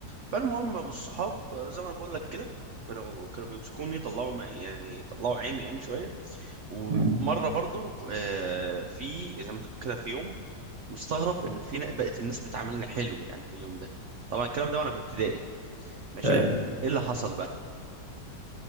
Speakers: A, on the right; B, on the right.
A: فالمهم يا ابو الصحاب آه، زي ما انا بقول لك كده كانوا كانوا بيمسكوني طلعوا ما- يعني طلعوا عيني يعني شويه ومره
B: مم.
A: برضو آه، في زي ما تقول كده في يوم مستغرب ان في ن- بقت الناس بتعاملني حلو يعني في اليوم ده طبعا الكلام ده وانا في ابتدائي ماشي
B: <laughs> طيب
A: ايه اللي حصل بقى